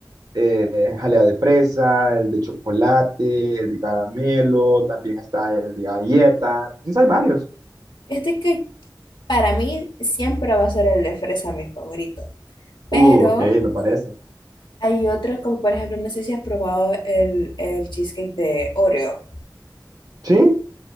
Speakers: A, on the right (about 55°); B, on the left (about 75°).
A: eh, jalea de fresa, el de chocolate, el de caramelo, también está el de galleta. Entonces hay varios.
B: fíjate que para mí siempre va a ser el de fresa mi favorito,
A: Uh,
B: pero
A: ok, me parece.
B: hay otros como por ejemplo, no sé si has probado el, el cheesecake de Oreo.
A: ¿Sí?